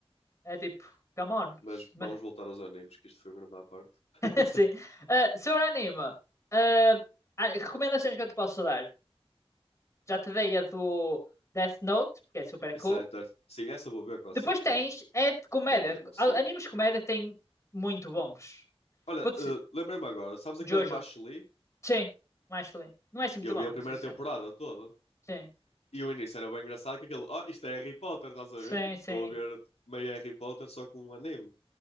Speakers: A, on the left; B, on the left.
A: É tipo, come on.
B: Mas
A: Mas,
B: vamos voltar aos animes, que isto foi um grande à parte. <laughs>
A: <laughs> Assim. Ah, sobre anime, ah, ah, recomendações que eu te posso dar. Já te dei a do Death Note, porque é super
B: Essa
A: cool.
B: é ter- Sim, essa eu vou ver, quase
A: Depois
B: certeza.
A: tens, é de comédia.
B: que é bem conhecido.
A: A- Animes de comédia têm muito bons.
B: Olha,
A: Vou te
B: eh, lembrei-me agora, sabes aquele
A: Jojo.
B: Macho Lee?
A: Sim, mais feliz. Não é assim muito
B: Eu
A: bom,
B: vi a
A: vou
B: primeira
A: ser sincero.
B: temporada toda.
A: Sim,
B: E o início era bem engraçado, que aquele, oh, isto é Harry Potter, estás a
A: sim,
B: ver? Tipo,
A: sim.
B: estou a ver meio Harry Potter só com um anime.